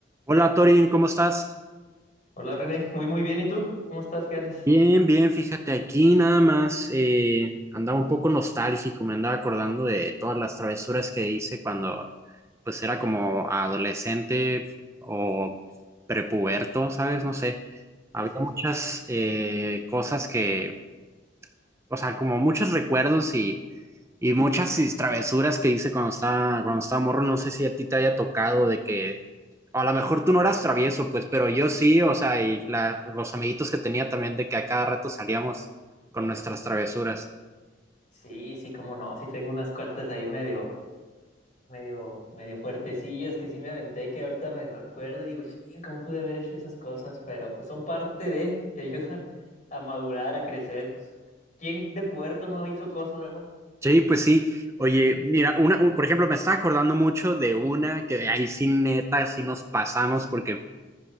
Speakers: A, on the right; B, on the left.
A: Hola Torin, ¿cómo estás?
B: Hola René, muy muy bien, ¿y tú? ¿Cómo estás? ¿Qué haces?
A: Bien, bien, fíjate, aquí nada más eh, andaba un poco nostálgico, me andaba acordando de todas las travesuras que hice cuando pues era como adolescente o prepuberto, ¿sabes? No sé,
B: Sí,
A: había
B: sí,
A: muchas eh, cosas que, o sea, como muchos recuerdos y Y muchas is- travesuras que hice cuando estaba, cuando estaba morro, no sé si a ti te haya tocado de que, a lo mejor tú no eras travieso, pues, pero yo sí, o sea, y la- los amiguitos que tenía también de que a cada rato salíamos con nuestras travesuras.
B: sí, sí, cómo no, sí tengo unas cuantas ahí medio, medio, medio fuertecillas que sí me aventé, que ahorita me recuerdo y digo, "Chin, ¿cómo pude haber hecho esas cosas? Pero pues son parte de, te <laughs> ayudan a madurar, a crecer, pues, ¿quién de puerto no hizo cosas, verdad?
A: Sí, pues sí. Oye, mira, una, un- por ejemplo, me estaba acordando mucho de una que de ahí sí neta, sí nos pasamos, porque